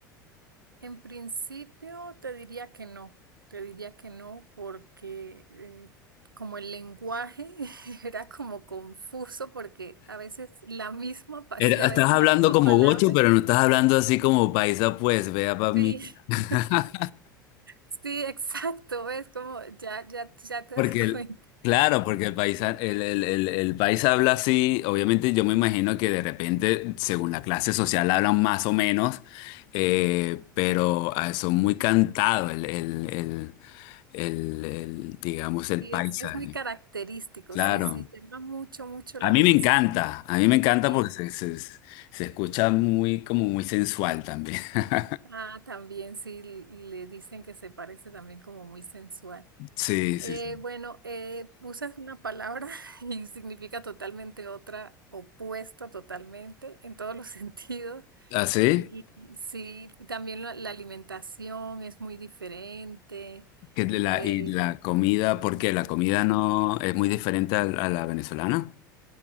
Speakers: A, on the right; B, on the left.
A: En principio te diría que no, te diría que no porque eh, como el lenguaje <laughs> era como confuso porque a veces la misma, pa-
B: Era-
A: sí, a
B: estás
A: veces
B: hablando
A: la misma
B: como
A: palabra.
B: gocho, pero no estás hablando así como paisa, pues, vea para mí.
A: Sí, <laughs>
B: <laughs>
A: sí, exacto, es como ya, ya, ya te
B: Porque
A: das <laughs>
B: el,
A: cuenta.
B: claro, porque el paisa, el, el, el, el paisa habla así, obviamente yo me imagino que de repente, según la clase social, hablan más o menos, eh, pero ah, son muy cantados el, el, el, el, el, digamos, el
A: Sí,
B: paisa.
A: es, es muy
B: eh,
A: característico,
B: Claro.
A: sí, sí, llama mucho, mucho la
B: A
A: atención.
B: mí me encanta, a mí me encanta
A: Sí.
B: porque se, se, se escucha muy, como muy sensual también. <laughs>
A: Ah, también sí, l- le dicen que se parece también como muy sensual.
B: Sí,
A: Eh,
B: sí,
A: bueno, eh, usas una palabra <laughs> y significa totalmente otra, opuesta totalmente en todos los <laughs> sentidos.
B: ¿Ah, sí. ¿Así?
A: Y, y y sí, también la, la alimentación es muy diferente.
B: Que la,
A: eh,
B: y la comida, ¿por qué? ¿La comida no es muy diferente a a la venezolana?